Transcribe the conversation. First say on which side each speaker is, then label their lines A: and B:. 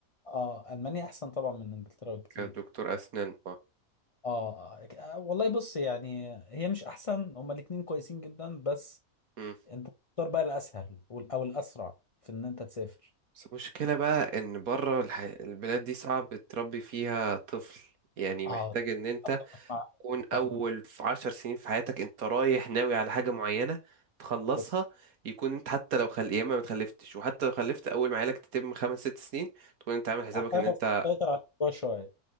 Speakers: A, on the left; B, on the right.
A: اه المانيا احسن طبعا من انجلترا بكتير
B: كدكتور أسنان اه
A: اه آه، والله بص يعني هي مش احسن هما الاتنين كويسين جدا بس
B: مم.
A: انت تختار بقى الاسهل وال- او الاسرع في ان انت تسافر
B: بس المشكلة بقى ان بره الح... البلاد دي صعب تربي فيها طفل يعني محتاج
A: اه
B: ان انت
A: مع-
B: تكون
A: اتفق
B: اول
A: معاك
B: في عشر سنين في حياتك انت رايح ناوي على حاجة معينة تخلصها
A: بص
B: يكون انت حتى لو خل... يا اما ما تخلفتش وحتى لو خلفت اول ما عيالك تتم خمس ست سنين تكون انت عامل حسابك
A: هتعرف
B: ان انت
A: تسيطر على الموضوع شويه